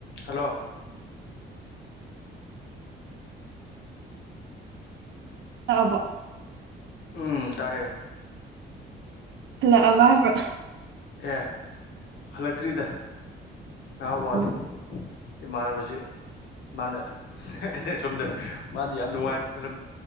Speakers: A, on the left; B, on the right.
A: hello
B: ꯇꯥꯔꯕꯣ
A: ꯎꯝ ꯇꯥꯔꯦ
B: ꯍꯜꯂꯛ ꯑꯕꯥ ꯍꯥꯏꯕꯥꯔ
A: ꯑꯦ ꯍꯜꯂꯛꯇ꯭ꯔꯤꯗ ꯉꯥꯏꯍꯥꯛ ꯋꯥꯠꯂꯤ
B: ꯎꯝ
A: ꯏꯃꯥꯟꯅꯕꯁꯤ ꯃꯥꯅ ꯑꯩꯅ ꯁꯣꯝꯗ ꯃꯥꯗꯤ ꯌꯥꯝ ꯅꯨꯡꯉꯥꯏꯕ ꯈꯜꯂꯝ